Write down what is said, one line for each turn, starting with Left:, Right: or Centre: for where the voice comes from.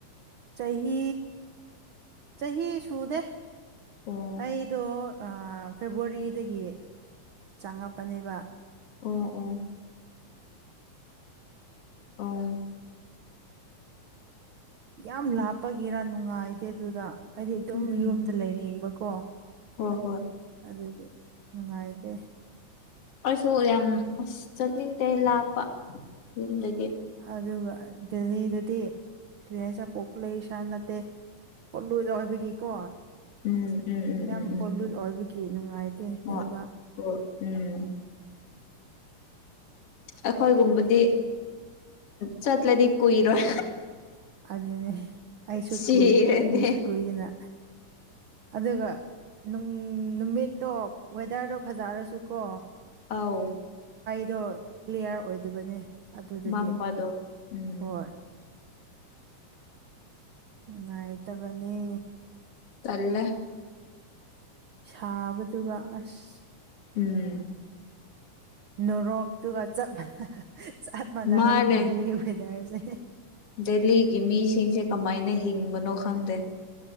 Right: ꯆꯍꯤ ꯆꯍꯤ ꯁꯨꯗꯦ
Left: ꯑꯣ
Right: ꯑꯩꯗꯣ ꯐꯦꯕꯋꯥꯔꯤꯗꯒꯤ ꯆꯪꯉꯛꯄꯅꯦꯕ
Left: ꯑꯣ ꯑꯣ ꯎ
Right: ꯌꯥꯝ ꯂꯥꯞꯄꯒꯤꯔ ꯅꯨꯡꯉꯥꯏꯗꯦ ꯑꯗꯨꯗ ꯍꯥꯏꯗꯤ ꯑꯗꯨꯝ
Left: ꯎꯝ
Right: ꯌꯨꯝꯗ ꯂꯩꯅꯤꯡꯕꯀꯣ
Left: ꯍꯣꯏ ꯍꯣꯏ
Right: ꯑꯗꯨꯒꯤ ꯅꯨꯡꯥꯏꯗꯦ
Left: ꯑꯩꯁꯨ ꯌꯥꯝ ꯆꯠꯅꯤꯡꯗꯦ ꯂꯥꯞꯄꯨꯝꯗꯒꯤ
Right: ꯑꯗꯨꯒ ꯗꯦꯜꯂꯤꯗꯗꯤ ꯀ꯭ꯔꯤꯌꯥꯁ ꯄꯣꯛꯄ ꯂꯩ ꯏꯁꯥ ꯅꯠꯇꯦ ꯄꯣꯠꯂꯣꯏꯗꯧ ꯍꯥꯏꯕꯒꯤꯀꯣ
Left: ꯎꯝ ꯎꯝ ꯎꯝ
Right: ꯌꯥꯝ
Left: ꯎꯝ ꯎꯝ
Right: ꯄꯣꯂꯨꯠ
Left: ꯎꯝ
Right: ꯑꯣꯏꯕꯒꯤ ꯅꯨꯡꯉꯥꯏꯇꯦ ꯂꯩꯕꯥꯛ
Left: ꯍꯣꯏ ꯍꯣꯏ ꯎꯝ ꯑꯩꯈꯣꯏꯒꯨꯝꯕꯗꯤ ꯆꯠꯂꯗꯤ ꯀꯨꯏꯔꯣꯏ
Right: ꯑꯗꯨꯅꯦ ꯑꯩꯁꯨ
Left: ꯁꯤꯔꯅꯤ
Right: ꯀꯨꯏ ꯏꯀꯨꯏꯁꯨ ꯀꯨꯏꯗꯅ ꯑꯗꯨꯒꯅꯨꯡ ꯅꯨꯃꯤꯠꯇꯣ ꯋꯦꯗꯔꯗꯣ ꯐꯖꯔꯁꯨ ꯀꯣ
Left: ꯑꯥꯎ
Right: ꯑꯗꯣ ꯀ꯭ꯂꯤꯌꯥꯔ ꯑꯣꯏꯗꯕꯅꯦ ꯑꯗꯨꯗꯗꯤ
Left: ꯃꯝꯕꯗꯣ ꯎꯝ
Right: ꯍꯣꯏ ꯎꯉꯥꯏ ꯇ ꯃꯅꯤ
Left: ꯆꯂꯦ
Right: ꯁꯥꯕꯗꯨꯒ ꯑꯁ
Left: ꯎꯝ
Right: ꯅꯨꯣꯔꯣꯛꯇꯨꯒ ꯆꯞ ꯃꯥꯟꯅ ꯆꯞ ꯃꯥꯟꯅꯒꯅꯤ
Left: ꯃꯥꯅꯦ
Right: ꯗꯦꯜꯂꯤ ꯋꯦꯗꯔꯁꯦ
Left: ꯗꯦꯜꯂꯤꯒꯤ ꯃꯤꯁꯤꯡꯁꯦ ꯀꯃꯥꯏꯅ ꯍꯤꯡꯕꯅꯣ ꯈꯪꯗꯦ